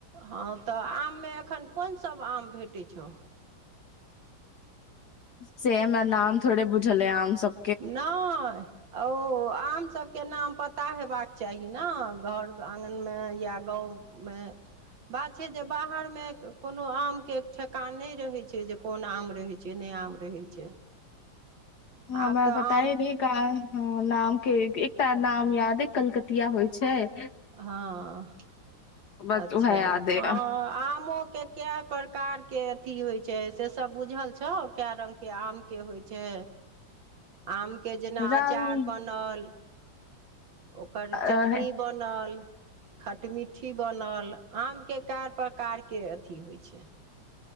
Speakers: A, on the right; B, on the left.
A: हँ तऽ आम में अखन कुन सब आम भेटै छौ?
B: से हमरा नाम थोड़े बुझल अइ आम सब
A: नाॅऽय। ओ आम सबके नाम पता हेबाक चाही न, घर आंगन में या गाँव मैऽ। बात छै जे बाहर में कोनो आम के ठेकान नैय रहै छै जे कोन आम रहै छै, नैय आम रहै छै।
B: ह-हमरा
A: आब तऽ
B: पताए
A: आम
B: नैय का हँ नाम के एक-एकटा नाम याद अइ कलकतिया होइ छैय।
A: हँ,
B: बस
A: अच्छा
B: उएह याद अइ
A: आं-आमो के कैऽ प्रकार के अथी होइ छै, से सब बुझल छौ कैऽ रंग के आम के होइ छै? आम के जेना
B: रंग
A: अचार बनल। ओकर
B: अ,
A: चटनी बनल। खटमिट्ठी बनल, आम के कैऽ प्रकार के अथी होइ छै।